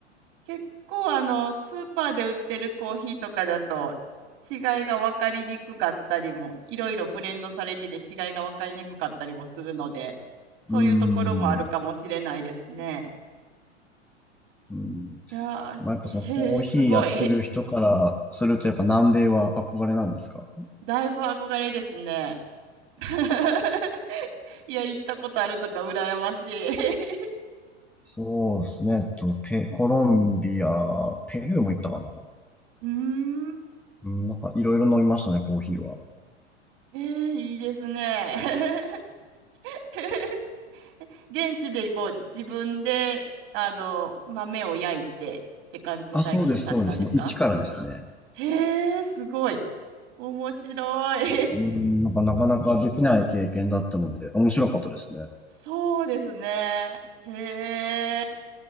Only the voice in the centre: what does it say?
うーん。うん。
まあ、やっぱそのコーヒーやってる人からすると、
やっぱ南米は憧れなんですか
そうですね。えっと、ペ、コロンビア、ペルーも行ったかな。
うん、なんかいろいろ飲みましたね、コーヒーは。
あ、そうです、そうです。もう一からですね。
うん、なんかなかなかできない経験だったので、面白かったですね。